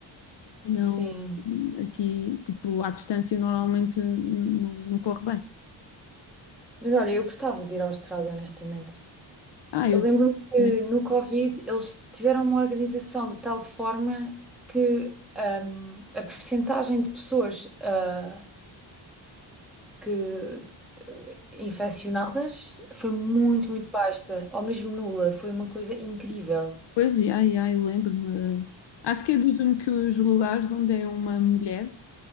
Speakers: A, on the left; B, in the centre.
A: Não,
B: sim.
A: aqui, tipo, à distância normalmente n- não não corre bem.
B: Mas olha, eu gostava de ir à Austrália, honestamente.
A: Ah,
B: Eu
A: eu
B: lembro que
A: também.
B: no Covid eles tiveram uma organização de tal forma que hum, a percentagem de pessoas ah, que infeccionadas foi muito, muito baixa, ou mesmo nula, foi uma coisa incrível.
A: Pois, já, já, eu lembro-me. ah, Acho que é dos únicos lugares onde é uma mulher